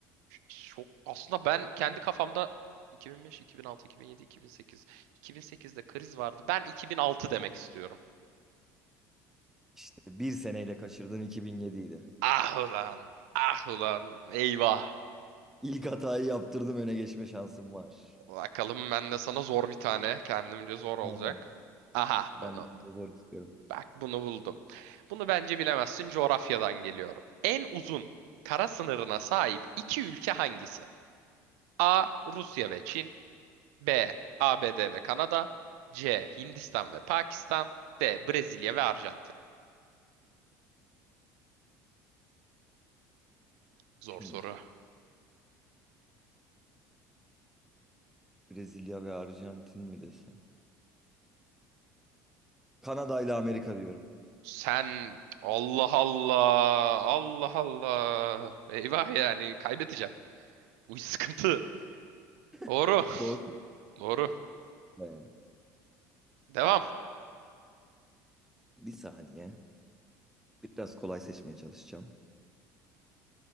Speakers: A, on the right; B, in the centre.
A: çok aslında ben kendi kafamda 2005, 2006, 2007, 2008. 2008'de kriz vardı. Ben 2006 demek istiyorum.
B: İşte bir seneyle kaçırdığın 2007'ydi.
A: Ah ulan. Ah ulan. Eyvah.
B: İlk hatayı yaptırdım öne geçme şansım var.
A: Bakalım ben de sana zor bir tane. Kendimce zor olacak.
B: Aynen.
A: Aha
B: Ben
A: bunu
B: bir tane zor istiyorum.
A: bak bunu buldum. Bunu bence bilemezsin. Coğrafyadan geliyor. En uzun kara sınırına sahip iki ülke hangisi? A. Rusya ve Çin. B. ABD ve Kanada. C. Hindistan ve Pakistan. D. Brezilya ve Arjantin. Zor
B: Şimdi
A: soru.
B: Brezilya ve Arjantin mi desem? Kanada ile Amerika diyorum.
A: Sen Allah Allah Allah Allah. Eyvah yani kaybedeceğim. Bu sıkıntı. Doğru.
B: <laughs> Bu doğru mu?
A: <laughs> Doğru.
B: Ee,
A: Devam.
B: Bir saniye. Biraz kolay seçmeye çalışacağım.